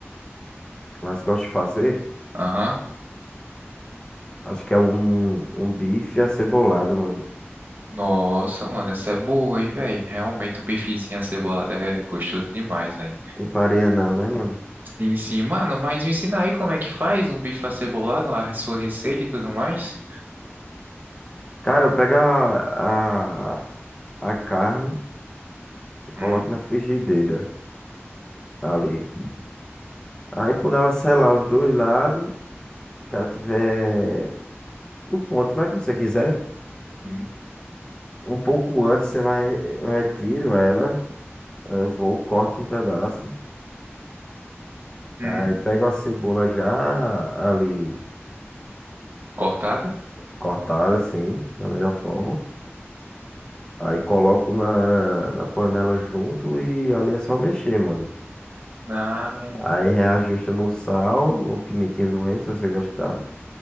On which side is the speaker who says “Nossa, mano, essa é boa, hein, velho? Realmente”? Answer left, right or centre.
Right